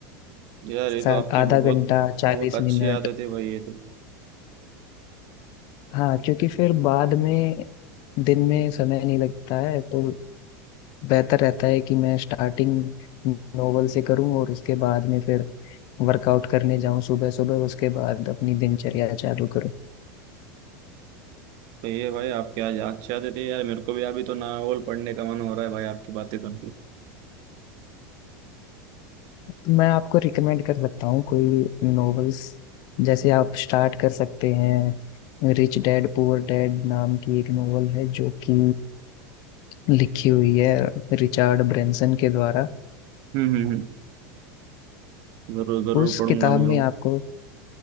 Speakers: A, on the right; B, on the left.
A: यार ये
B: साथ
A: तो आपकी
B: आधा
A: बहुत
B: घंटा
A: बहुत
B: चालीस
A: अच्छी
B: मिनट
A: आदत है भाई ये तो
B: हाँ क्योंकि फिर बाद में दिन में समय नहीं लगता है तो बेहतर रहता है कि मैं स्टार्टिंग नोवेल से करूँ और उसके बाद में फिर वर्कआउट करने जाऊं सुबह सुबह उसके बाद अपनी दिनचर्या चालू करूं
A: भाई ये भाई आपकी आज अच्छी आदत है यार मेरे को भी अभी तो नॉवल पढ़ने का मन हो रहा है भाई आपकी बातें सुन के
B: मैं आपको रिकमेंड कर सकता हूँ कोई नॉवेल्स जैसे आप स्टार्ट कर सकते हैं रिच डैड पुअर डैड नाम की एक नॉवल है जो कि लिखी हुई है रिचार्ड ब्रेंसन के द्वारा
A: हम्म हम्म हम्म। जरूर जरूर
B: उस
A: पढ़ूंगा
B: किताब
A: मैं वो
B: में आपको